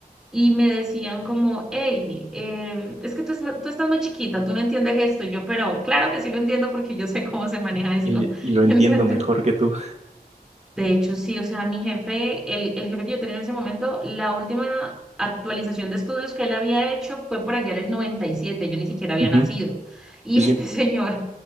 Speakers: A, in the centre; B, on the right.
A: y me decían como, hey, eh, es que tú, es ma- tú estás muy chiquita, tú no entiendes esto. Y yo, pero claro que sí lo entiendo porque yo sé cómo se maneja esto.
B: Y, y
A: <laughs>
B: lo entiendo
A: Entonces,
B: mejor que tú.
A: de hecho, sí, o sea, mi jefe, el, el jefe que yo tenía en ese momento, la última actualización de estudios que él había hecho fue por allá en el 97. yo ni siquiera había
B: Ujú.
A: nacido. Y
B: Sí,
A: este
B: sí.
A: <laughs> señor